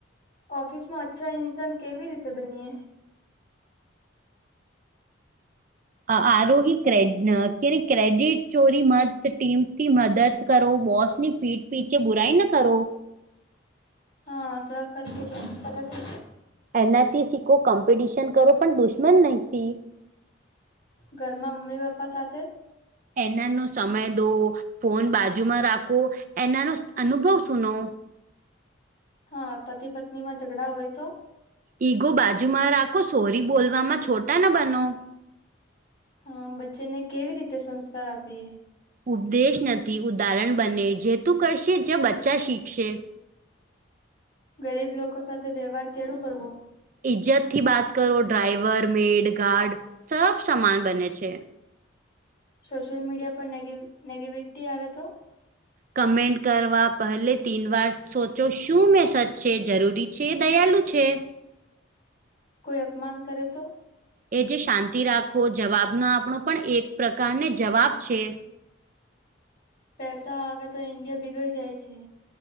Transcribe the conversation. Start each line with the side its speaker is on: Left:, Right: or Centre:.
Left: ઓફિસમાં અચ્છા ઇન્સાન કેવી રીતે બનીએ
Right: આરોગી ક કે ક્રેડિટ ચોરી મત ટીમથી મદદ કરો બોસની પીઠ પીટચ બુરાઈ ના કરો
Left: હા સકર દે જીમિતા લગે.
Right: એનાથી શીખો કોમ્પિટિશન કરો પણ દુશ્મન નહતી.
Left: ઘરમાં મમ્મી પપ્પા સાથે
Right: એનાનો સમય દો ફોન બાજુમાં રાખો એનાનો અનુભવ સુનો
Left: હા પતિ પત્ની માં ઝઘડા હોય તો
Right: ઈગો બાજુમાં રાખો સોહરી બોલવામાં છોટા ના બનો
Left: હ બચ્ચેને કેવી રીતે સંસ્કાર આપીએ
Right: ઉપદેશ નથી ઉદાહરણ બને જે તું કરશે જે બચ્ચા શીખશે
Left: ગરીબ લોકો સાથે વ્યવહાર કેરું કરવો.
Right: ઈજ્જત થી વાત કરો ડ્રાઈવર મેડ ગાર્ડ સબ સમાન બને છે.
Left: સોશિયલ મીડિયા પરનેગ નેગિવિટી આવે તો
Right: કમેન્ટ કરવા પહેલે તીન વાર સોચો શું મેસેજ છે જરૂરી છે દયાલું છે.
Left: કોઈ અપમાન કરે તો
Right: એ જે શાંતિ રાખો જવાબનો આપણો પણ એક પ્રકારને જવાબ છે.
Left: પૈસા આવેે તો ઈડિયા બિગડી જાય છે.